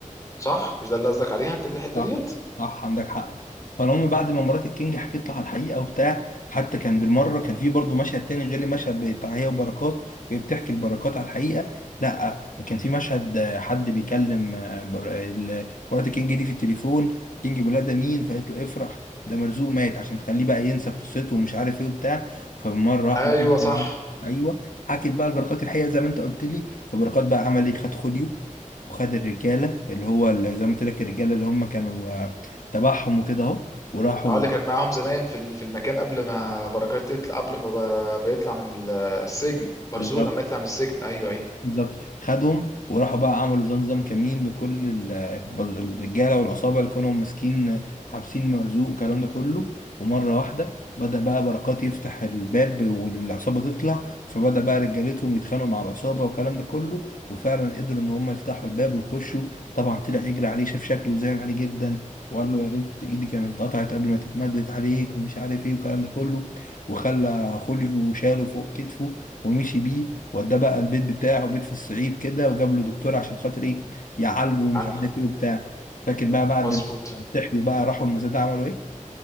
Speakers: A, on the left (about 25°); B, on the left (about 80°).
A: صح مش ده اللي قصدك عليها انت دي الحته
B: صح
A: ديت
B: صح عندك حق فالمهم بعد ما مرات الكينج حكيت له على الحقيقه وبتاع حتى كان بالمره كان في برضه مشهد تاني غير المشهد بتاع هي وبركات وهي بتحكي البركات على الحقيقه لا كان في مشهد آه، حد بيكلم آه، بر... ال- مرات الكينج دي في التليفون الكينج بيقول لها ده مين فقالت له افرح ده مرزوق مات عشان تخليه بقى ينسى قصته ومش عارف ايه وبتاع فمره واحده
A: ايوه
B: بقى
A: صح
B: ايوه حكت بقى البركات الحقيقه زي ما انت قلت لي فبركات بقى عمل ايه خد خوليو وخد الرجاله اللي هو اللي زي ما قلت لك الرجاله اللي هم كانوا آه، تبعهم وكده اهو وراحوا
A: اه اللي كان معاهم زمان في ال- في المكان قبل ما بركات يطلع قبل ما ب- بيطلع من ال- السجن مرزوق
B: بالظبط
A: لما يطلع من السجن ايوه ايوه
B: بالظبط خدهم وراحوا بقى عملوا زي نظام كمين لكل ال- الرجاله والعصابه اللي كانوا ماسكين حابسين مرزوق والكلام ده كله ومره واحده بدأ بقى بركات يفتح الباب والعصابه تطلع فبدأ بقى رجالتهم يتخانقوا مع العصابه والكلام ده كله وفعلا قدروا ان هم يفتحوا الباب ويخشوا طبعا طلع يجري عليه شاف شكله زعل عليه جدا وقال له يا ريت ايدي كانت اتقطعت قبل ما تتمدد عليك ومش عارف ايه والكلام ده كله وخلى خوليو وشاله فوق كتفه ومشي بيه وده بقى البيت بتاعه بيت في الصعيد كده وجاب له دكتور عشان خاطر ايه يعالجه ومش
A: عالكو
B: عارف ايه وبتاع فاكر بقى بعد
A: مظبوط
B: ما صحيوا بقى راحوا المزاد عملوا ايه؟